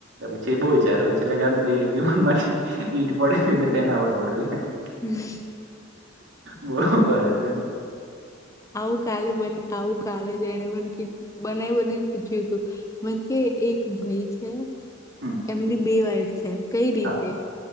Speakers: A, on the right (about 60°); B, on the left (about 15°).
A: પછી એ બહુ છે પી લગાનું જે વિમાન. ઈંટ પડે ને તને ખબર પડેલી એમ.
B: હમ.
A: બો ભારે છે.
B: આવું કાલે બને આવું કાલે એને બ બનાવી બનાને પૂછ્યું હતું. મ કે એક ભાઈ છે,
A: હમ
B: એમની બે વાઈફ છે કઈ રીતે?
A: હા